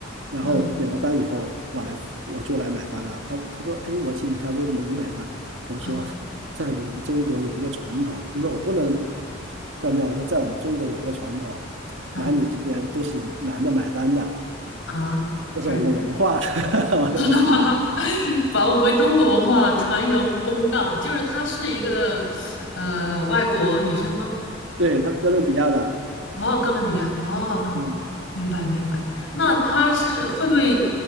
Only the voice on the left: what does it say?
啊
啊
啊。
啊，
是，
<laughs> 把我们中国文化传扬光大，就是她是一个呃外国女生吗？
哦，哥伦比亚，哦，好，
明白明白。那她是会不会？